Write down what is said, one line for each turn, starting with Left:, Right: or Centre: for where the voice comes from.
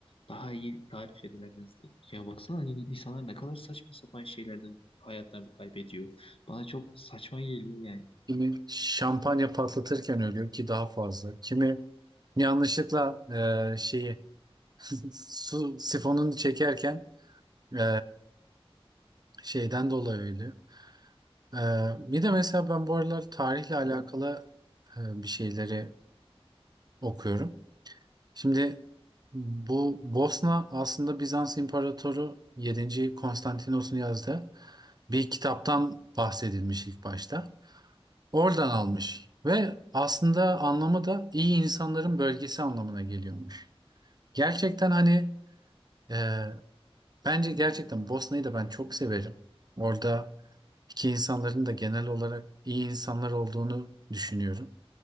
Left: daha iyi tarif edilemezdi. Ya baksana in- insanlar ne kadar saçma sapan şeylerden hayatlarını kaybediyor. Bana çok saçma geliyor yani.
Right: Kimi şampanya patlatırken ölüyor ki daha fazla. Kimi yanlışlıkla e, şeyi <laughs> su sifonunu çekerken e, şeyden dolayı ölüyor. Ee, bir de mesela ben bu aralar tarihle alakalı e, bir şeyleri okuyorum. Şimdi bu Bosna aslında Bizans İmparatoru 7. Konstantinos'un yazdığı bir kitaptan bahsedilmiş ilk başta. Oradan almış ve aslında anlamı da iyi insanların bölgesi anlamına geliyormuş. Gerçekten hani e, bence gerçekten Bosna'yı da ben çok severim. Orada ki insanların da genel olarak iyi insanlar olduğunu düşünüyorum.